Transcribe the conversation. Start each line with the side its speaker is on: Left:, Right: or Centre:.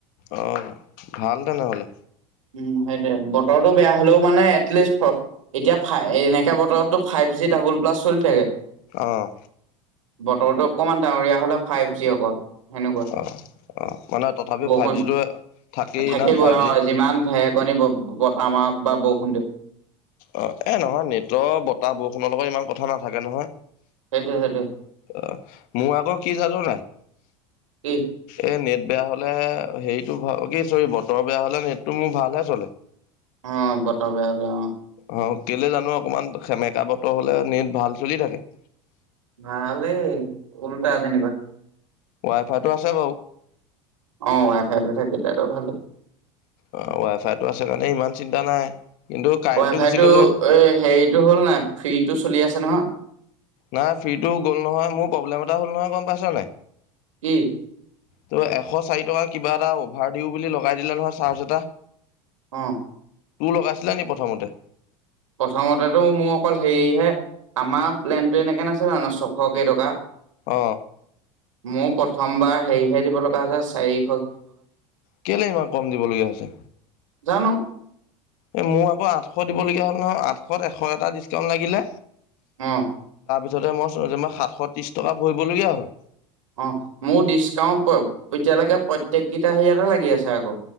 Left: অ, ভাল তেনেহ'লে।
Right: উম, সেইটোৱে। বতৰটো বেয়া হলেও মানে এটলিষ্ট এতিয়া ফাই এনেকে বতৰতটো ফাইভ জি ডাবল প্লাচ চলি থাকে।
Left: অঁ।
Right: বতৰটো অকমান ডাৱৰীয়া হলে ফাইভ জি অকল সেনেকুৱা।
Left: অ' অ' মানে তথাপিও
Right: বৰষুণ
Left: ফাইভ জিটো থাকেই
Right: থাকিব
Left: না ফাইভ
Right: অ
Left: জি
Right: যিমান ঢেৰেকণী ব বতাহ মাৰক বা বৰষুণ দিয়
Left: অ এ নহয় নেটৰ বতাহ বৰষুণৰ লগত ইমান কথা নাথাকে নহয়।
Right: সেইটো সেইটো
Left: অ মোৰ আগৰ কি জানো নাই?
Right: কি
Left: এ নেট বেয়া হলে হেৰিটো অ কি চৰি বতৰ বেয়া হলে নেটটো মোৰ ভালহে চলে।
Right: অ বতৰ বেয়া বেয়া অ।
Left: অ কেলে জানো অকমান সেমেকা বতৰ হলে নেট ভাল চলি থাকে।
Right: ভালে ওলোটা যেনিবা।
Left: ৱাইফাইটো আছে বাৰু।
Right: অ ৱাই ফাইটো থাকিল আৰু ভালেই।
Left: অ ৱাই ফাইটো আছে কাৰণে ইমান চিন্তা নাই। কিন্তু কাৰেণ্টটো
Right: ৱাই ফাইটো
Left: গুচি গ'লে
Right: এ হেৰিটো হ'ল নাই ফ্ৰীটো চলি আছে নহয়।
Left: নাই ফ্ৰীটো গ'ল নহয় মোৰ প্ৰব্লেম এটা হ'ল নহয় গম পাইছ নাই?
Right: কি?
Left: ত এশ চাৰি টকা কিবা এটা অভাৰ দিওঁ বুলি লগাই দিলে নহয় চাৰ্চ এটা।
Right: অ
Left: তোৰ লগাইছিলা নি প্ৰথমতে?
Right: প্ৰথমতেটো মোৰ অকল হেৰিহে আমা, ৰ প্লেনটো এনেকে নাছিলে জানো ছশ কেইটকা?
Left: অহ।
Right: মোৰ প্ৰথমবাৰ হেৰিহে দিব লগা হৈছে চাৰি
Left: কেলে ইমান কম দিবলগীয়া হৈছে।
Right: জানো
Left: এ মোক আকৌ আঠশ দিবলগীয়া হ'ল নহয়। আঠশত এশ এটা ডিচকাউন্ট লাগিলে
Right: অ।
Left: পিছলে মই চজে মই সাতশ ত্ৰিশ টকা ভৰিবলগীয়া হ'ল।
Right: অ, মোৰ ডিচকাউন্ট এতিয়ালৈকে প্ৰত্যেককেইটা হেৰি অতে লাগি আছে আকৌ